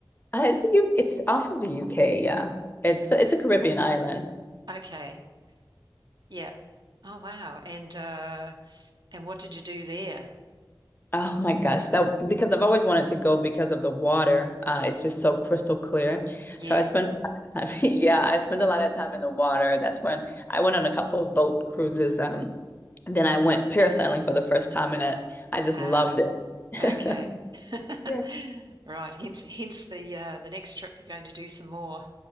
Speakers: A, on the left; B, on the right.
A: Uh, it's you. It's off of the UK. Yeah, it's it's a Caribbean island.
B: Okay. Yeah. Oh, wow. And uh and what did you do there?
A: Oh my gosh, that because I've always wanted to go because of the water. Uh, it's just so crystal clear.
B: Yes.
A: So I spent, <laughs> I mean, yeah, I spent a lot of time in the water. That's when I went on a couple of boat cruises. Um, and then I went parasailing for the first time, and I, I just
B: Ah,
A: loved it.
B: okay.
A: <laughs>
B: <laughs>
A: Yeah.
B: Right. Hence hence the uh the next trip you're going to do some more.